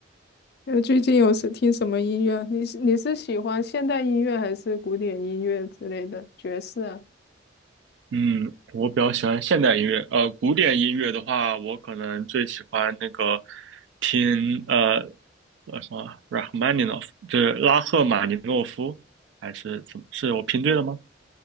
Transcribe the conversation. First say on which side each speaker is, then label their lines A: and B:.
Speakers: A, on the left; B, on the right.
A: 呃，最近有是听什么音乐？你是你是喜欢现代音乐还是古典音乐之类的爵士啊？
B: 嗯，我比较喜欢现代音乐。呃，古典音乐的话，我可能最喜欢那个听呃呃什么 Rachmaninoff，就是拉赫玛尼诺夫，还是怎么？是我拼对了吗？